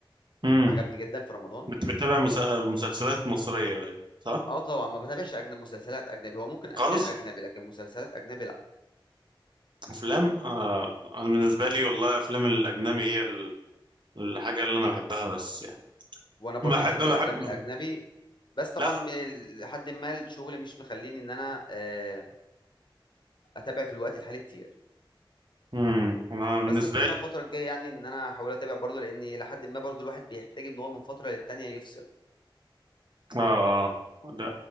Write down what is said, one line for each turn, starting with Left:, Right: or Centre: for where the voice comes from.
Right: مم.
Left: عجبني جدا في رمضان
Right: بت- بتتابع مس- مسلسلات مصرية بقى صح؟
Left: اه طبعا ما بتابعش اجنبي مسلسلات اجنبي هو ممكن افلام
Right: خالص
Left: اجنبي لكن مسلسلات اجنبي لا
Right: أفلام آه أنا بالنسبة لي والله أفلام الأجنبي هي ال- الحاجة اللي أنا بحبها بس يعني
Left: وانا برضو
Right: بحب
Left: بحب
Right: بحب
Left: الافلام الاجنبي بس طبعا
Right: لا
Left: ال- لحد ما الشغل مش مخليني ان انا آه، اتابع في الوقت الحالي كتير
Right: امم انا بالنسبه
Left: بس اتمنى
Right: لي
Left: الفتره الجايه يعني ان انا احاول اتابع برضو لان لحد ما برضو الواحد بيحتاج ان هو من فتره للتانيه يفصل
Right: اه آه. ده